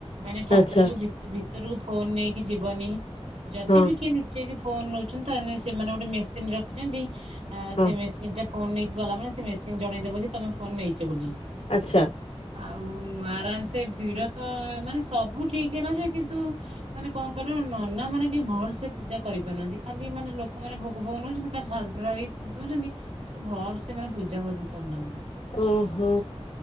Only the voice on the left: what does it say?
ଆଚ୍ଛା
ହଁ
ହଁ
ଆଛ।
ଓହୋ